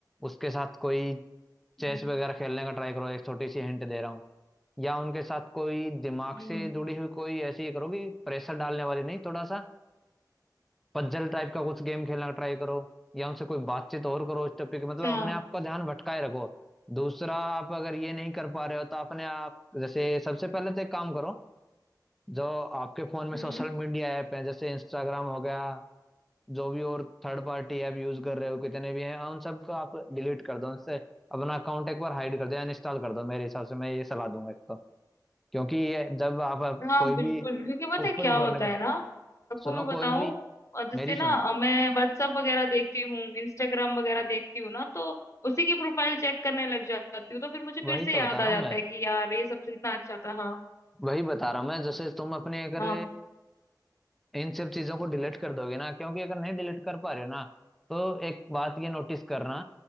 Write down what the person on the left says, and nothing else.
हम्म,
हम्म,
अच्छा
हम्म
हाँ
बिल्कुल
क्योंकि पता
है क्या
होता
है ना आपको
मैं बताऊं
अ, जैसे
ना
अ, मैं व्हाट्सअप वगैरह देखती हूँ इंस्टाग्राम वगैरह देखती हूँ ना तो उसी की प्रोफाइल चेक करने लग जाती हूँ तो फिर मुझे फिर
से
याद
आ जाता
है कि यार ये सबसे इतना अच्छा था हाँ
हाँ हाँ